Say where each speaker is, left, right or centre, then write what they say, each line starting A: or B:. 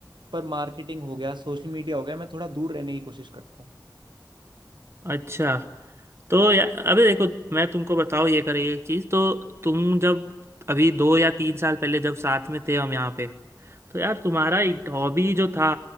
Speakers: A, on the right; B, on the right.
A: पर मार्केटिंग हो गया सोशल मीडिया हो गया मैं थोड़ा दूर रहने की कोशिश करता हूँ
B: अच्छा तो या अबे देखो मैं तुमको बताऊँ ये करे एक चीज़ तो तुम जब अभी दो या तीन साल पहले जब साथ में थे हम यहाँ पे तो यार तुम्हारा एक हॉबी जो था